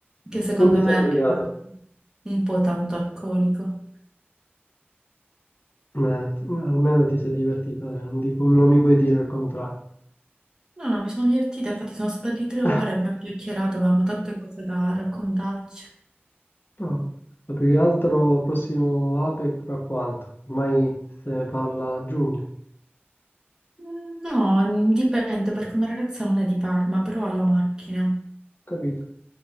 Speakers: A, on the right (about 20°); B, on the left (about 55°).
A: che secondo
B: Non ti sono
A: me
B: pregato,
A: era un po' tanto alcolico.
B: ma t- almeno ti sei divertita, eh, non dico- non mi puoi dire il contrario.
A: No, no, mi sono divertita, infatti sono state lì tre
B: <laughs>
A: ore, abbiamo chiacchierato, avevamo tante cose da raccontarci.
B: No, ma più che altro prossimo APEC fra quando? Ormai se ne parla a giugno,
A: Mm, No, dipende perché una ragazza non è di Parma, però ha la macchina,
B: capito?